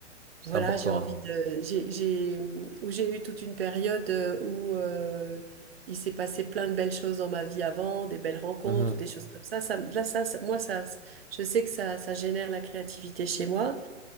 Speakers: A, on the right (about 80°); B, on the right (about 55°).
A: c'est
B: voilà,
A: important.
B: j'ai envie
A: hein.
B: de, j'ai, j'ai, où j'ai eu toute une période euh, où euh, il s'est passé plein de belles choses dans ma vie avant, des belles rencontres,
A: Mhm,
B: des choses comme ça. Ça, là, ça, ça- moi, ça, je sais que ça, ça génère la créativité chez moi.